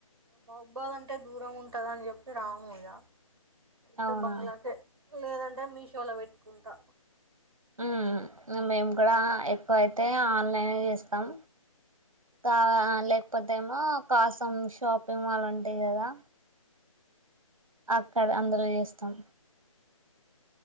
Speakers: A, on the right; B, on the right.
A: మహబుబాద్ అంటే దూరం ఉంటదని చెప్పి రాము ఇగ వెళ్తే
B: అవునా
A: బంగ్లాకే లేదంటే మీషోలో పెట్టుకుంటా
B: హ్మ్ మేము కూడా ఎక్కువ అయితే ఆన్లైనే చేస్తాం తా లే పోతే ఏమో కాసం షాపింగ్ మాల్ ఉంటయి కదా అక్కడ అందరూ చేస్తాం